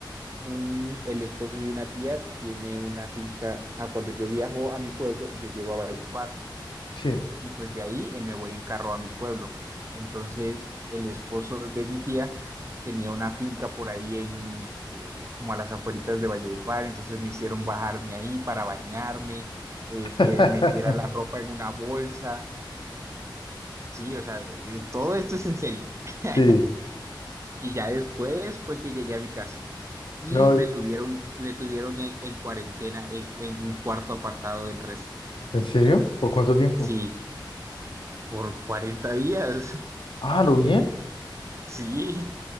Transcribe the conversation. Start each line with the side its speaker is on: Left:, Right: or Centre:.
Right: un, el esposo de una tía tiene una finca. Ah, cuando yo viajo a mi pueblo, yo llego a Valledupar
Left: sí.
Right: y pues de ahí eh, me voy en carro a mi pueblo. Entonces, el esposo de mi tía tenía una finca por ahí en, eh, como a las afueritas de Valledupar, entonces me hicieron bajarme ahí para bañarme, eh,
Left: <laughs>
Right: que metiera la ropa en una bolsa. Sí, o sea, de- de- todo esto es en serio. <laughs>
Left: Sí,
Right: Y ya después fue que llegué a mi casa. y
Left: no,
Right: me tuvieron, y me tuvieron en, en cuarentena en, en un cuarto apartado del resto.
Left: ¿en serio? ¿Por cuánto tiempo?
Right: Sí, por 40 días. <laughs>
Left: Ah, ¿lo bien?
Right: Sí,